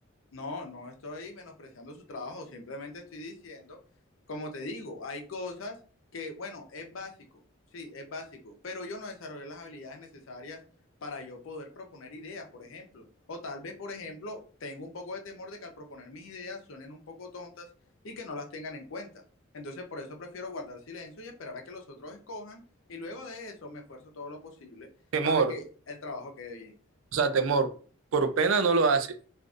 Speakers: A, on the left (about 80°); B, on the right (about 75°).
A: No, no estoy menospreciando su trabajo, simplemente estoy diciendo, como te digo, hay cosas que, bueno, es básico, sí, es básico, pero yo no desarrollé las habilidades necesarias para yo poder proponer ideas, por ejemplo. O tal vez, por ejemplo, tengo un poco de temor de que al proponer mis ideas suenen un poco tontas y que no las tengan en cuenta. Entonces, por eso prefiero guardar silencio y esperar a que los otros escojan y luego de eso me esfuerzo todo lo posible
B: Temor,
A: para que el trabajo quede bien.
B: o sea, temor. Por pena no lo haces.